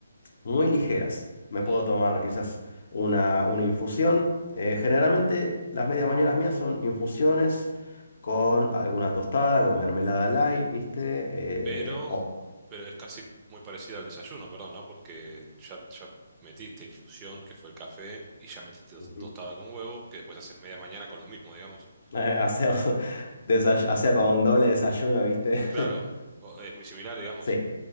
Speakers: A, on the left (about 55°); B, on the right (about 20°).
A: muy ligeras. Me puedo
B: mm.
A: tomar quizás una, una infusión. Eh, generalmente las medias mañanas mías son infusiones con alguna tostada, con mermelada light, ¿viste?
B: Pero,
A: Eh, o...
B: pero es casi muy parecido al desayuno, perdón, ¿no? Porque ya, ya metiste infusión, que fue el café, y ya metiste tos-
A: sí.
B: tostada con huevo, que después haces media mañana con lo mismo, digamos.
A: Eh, hacemos, <laughs> desay- hacía como un doble desayuno, ¿viste?
B: Claro,
A: <laughs>
B: o- es muy similar, digamos.
A: Sí,